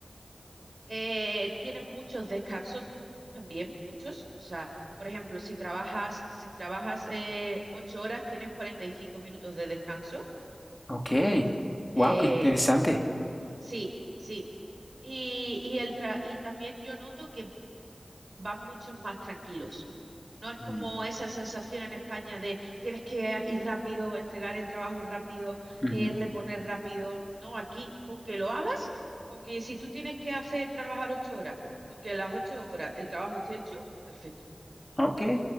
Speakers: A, on the right; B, on the left.
A: eh, tienen muchos descansos también, muchos. O sea, por ejemplo, si trabajas, si trabajas eh, 8 horas, tienes 45 minutos de descanso.
B: Ok. Wow,
A: Eh,
B: qué interesante.
A: sí, sí. Y, y, el tra- y también yo noto que van mucho más tranquilos. No es como
B: Mm,
A: esa sensación en España de tienes que ir rápido, entregar el trabajo rápido,
B: ujú.
A: eh, reponer rápido. No, aquí con que lo hagas, con que si tú tienes que hacer trabajar ocho horas, con que las ocho horas el trabajo esté hecho, perfecto.
B: Ok.